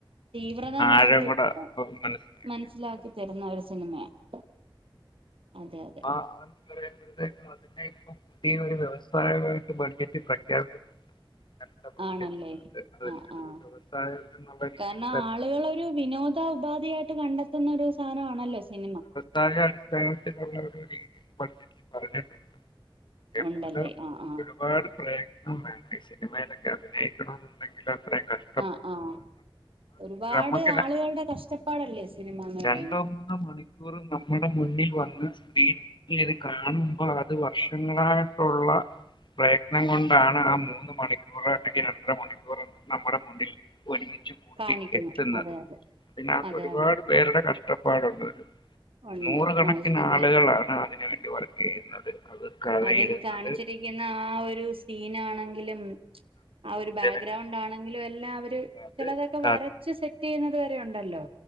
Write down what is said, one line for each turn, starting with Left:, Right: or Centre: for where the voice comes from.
Right: തീവ്രത
Left: ആഴം
Right: നമുക്ക്
Left: കൂടെ
Right: മ ൻ
Left: അവർക്ക് മനസ്സിലാക്കാൻ
Right: മനസ്സിലാക്കി
Left: പറ്റുന്നത്
Right: തരുന്ന ഒരു സിനിമയാണ് അതെ അതെ
Left: ആന്ന് പറയുമ്പഴത്തേും അതിനെ ഇപ്പം <unintelligible> ഇതിനൊരു വ്യവസായമായിട്ട് ബഡ്ജറ്റ് പ്രഖ്യാപിച്ചിട്ടുണ്ട് ഇങ്ങനത്തെ ബഡ്ജറ്റിനകത്ത്
Right: ആണല്ലേ
Left: അതിനെ
Right: ആ ആ
Left: ഒരു വ്യവസായം എന്നുള്ള രീതിയിൽ
Right: എന്നാ
Left: തന്നെ
Right: ആളുകളൊരു വിനോദ ഉപാധിയായിട്ട് കണ്ടെത്തുന്ന ഒരു സാധനമാണല്ലോ സിനിമ
Left: താഴെ അടിസ്ഥാനത്തിലുള്ള ഒരു പരിപാടി ബഡ്ജറ്റിൽ പറഞ്ഞിട്ടുണ്ട് എമോന്റർ
Right: ഉണ്ടല്ലേ
Left: ഇപ്പഴും
Right: ആ ആ
Left: ഒരുപാട് പ്രയത്നം വേണം ഈ സിനിമയിലൊക്കെ അഭിനയിക്കണം എന്നുണ്ടെങ്കിൽ അത്രയും കഷ്ട
Right: ആഹ് ആഹ് ഒരുപാട്
Left: നമുക്ക് ര-
Right: ആളുകളുടെ കഷ്ടപ്പാടല്ലേ സിനിമ എന്ന് പറയുന്നത്
Left: രണ്ടോ മൂന്നോ മണിക്കൂറ് നമ്മുടെ മുന്നിൽ വന്ന് സ്ക്രീനിലത് കാണുമ്പോ അത് വർഷങ്ങളായിട്ടുള്ള പ്രയത്നം കൊണ്ടാണ് ആ മൂന്ന് മണിക്കൂർ അല്ലെങ്കിൽ രണ്ടര മണിക്കൂർ നമ്മുടെ മുന്നിൽ ഒരുമിച്ചു കൂട്ടി
Right: കാണിക്കുന്ന
Left: എത്തുന്നത്
Right: അതെ അതെ
Left: അതിനകത്ത്
Right: അതെ
Left: ഒരുപാട്
Right: അതെ
Left: പേരുടെ കഷ്ടപ്പാടുണ്ടതില്
Right: ഉണ്ട്
Left: നൂറുകണക്കിന്
Right: ആ ശരിയാ
Left: ആളുകളാണ് അതിനുവേണ്ടി വരു ചെയ്യുന്നത് അത് കഥ
Right: അതില്
Left: എഴുതുന്നത്
Right: കാണിച്ചിരിക്കുന്ന ആ ഒരു സീനാണെങ്കിലും ആ ഒരു ബേഗ്രൗണ്ടാണെങ്കിലും
Left: ജനങ്ങൾ
Right: എല്ലാം അവര്
Left: അത്
Right: ചിലതൊക്കെ വര ച്ച് സെറ്റ് ചെയ്യുന്നത് വരെ ഉണ്ടല്ലോ